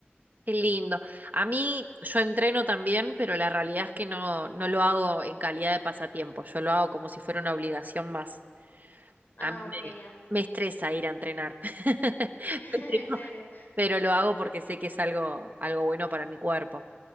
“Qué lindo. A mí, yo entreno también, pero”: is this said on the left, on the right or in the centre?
Right